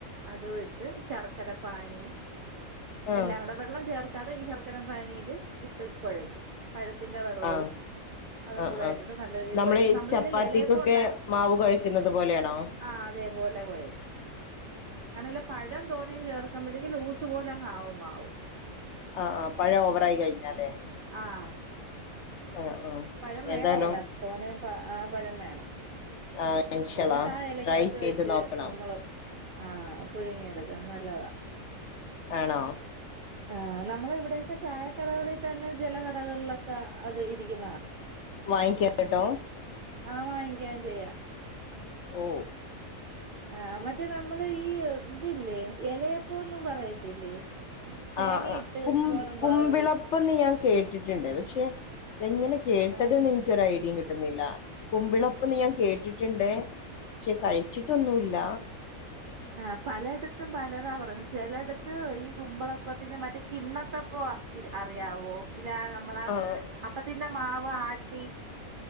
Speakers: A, on the right; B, on the left.
A: അതും ഇട്ട് ശർക്കര പാനീം
B: ആഹ് ആഹ്
A: എല്ലാം കൂടെ വെള്ളം ചേർക്ക അത് ഈ ശർക്കര പാനീൽ ഇട്ട് കുഴക്കും പഴത്തി ൻറെ വെള്ളവും
B: ആഹ്
A: അതും
B: ആഹ്
A: കൂടായിട്ടിട്ട്
B: ആഹ്
A: നല്ല രീതിയിൽ
B: നമ്മള്
A: കുഴച്ച്
B: ഈ
A: നമ്മളീ
B: ചപ്പാത്തിക്കൊക്കെ
A: ഇലയപ്പം ഉണ്ട
B: മാവ് കുഴക്കുന്നത് പോലെയാണോ
A: ആ അതേപോലല കുഴ കാരണംല്ല പഴം തോനേം ചേർക്കുമ്പോഴേക്കും ലൂസ് പോലെ അങ്ങാവും മാവും
B: ആഹ ആ പഴം ഓവറായി കഴിഞ്ഞാലേ
A: ആഹ്
B: ആഹ് ആഹ്
A: പഴം വേണോ
B: ഏതായാലും
A: അതിനകത്ത് തോനേം ആ പഴം വേണം
B: ആ ഇൻഷള
A: എന്നിട്ട് ആ ഇലക്കകത്ത്
B: ട്രൈ ചെയ്ത്
A: വെച്ച്
B: നോക്കണം
A: നമ്മള് ആഹ് പുഴുങ്ങി എടുക്കാം നല്ലതാ
B: ആണോ
A: ആ നമ്മള ഇവിടൊക്കെ ചായക്കടകളിൽ തന്നെ ചയല കടകളിലൊക്കെ അത് ഇരിക്കുന്നു
B: വാങ്ങിക്കാ കേട്ടോ
A: ആ വാങ്ങിക്കാൻ ചെയ്യാ
B: ഓ
A: ആഹ മറ്റേ നമ്മള് ഈ ഇതില്ലേ ഇലയപ്പോന്നും പറയത്തില്ലേ തേങ്ങയിട്ട്
B: ആ കും
A: ഗോതമ്പാവല്
B: കുംപിളപ്പന്ന് ഞാൻ കേട്ടിട്ടുണ്ട് പക്ഷേ എങ്ങനെ കേട്ടത്
A: ആഹ്
B: എനക്ക് ഒരു ഐഡിയം കിട്ടുന്നില്ല ഇന്നില്ല കുമ്പിളപ്പന്ന് ഞാൻ കേട്ടിട്ടുണ്ട് പക്ഷെ കഴിച്ചിട്ടൊന്നുമില്ല
A: ആ പലയിടത്തും പലതാ പറയുന്നത് ചിലടത്ത് ഈ കുമ്പളപ്പത്തിന് മറ്റേ കിണ്ണത്തപ്പം അറിയാവോ ഇല്ല നമ്മള
B: ആഹ്
A: അപ്പത്തിന്റെ മാവ് ആ ട്ടി